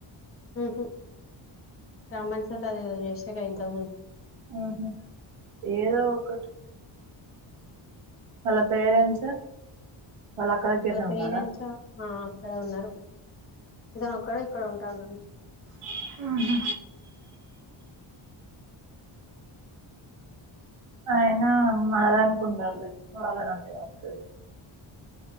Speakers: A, on the left; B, on the right.
A: ఉహు రమ్మనసర్ అదేదో చే వచ్చేగా ఇంతకు ముందు
B: ఆహ ఏదో ఒకటి వాళ్ళ పేరెంట్స్ వాళ్ళ అక్క దగ్గరనే
A: వాల పేరెంట్స్
B: ఉన్నారా
A: ఉ ఇక్కడే ఉన్నారు. అతను ఒక్కడే ఇక్కడ ఉంటాడంట.
B: హుహు అయినా మనదానికుండాల్లే వాళ్లనంటే ఏంవత్తది.